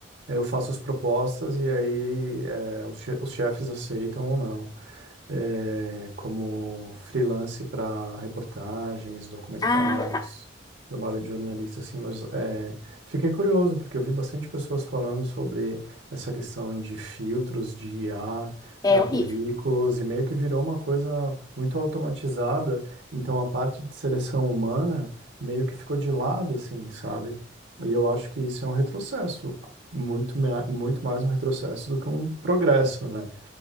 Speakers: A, on the right; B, on the left.
A: eu faço as propostas e aí é, os che- os chefes aceitam ou não. é, como freelance para reportagens, documentários,
B: Ah, tá.
A: trabalho de jornalista, assim, mas é, fiquei curioso, porque eu vi bastante pessoas falando sobre essa questão de filtros de IA
B: É
A: para
B: horrível.
A: currículos, e meio que virou uma coisa muito automatizada, então a parte de seleção humana meio que ficou de lado, assim, sabe? E eu acho que isso é um retrocesso, muito, mea- muito mais um retrocesso do que um progresso, né?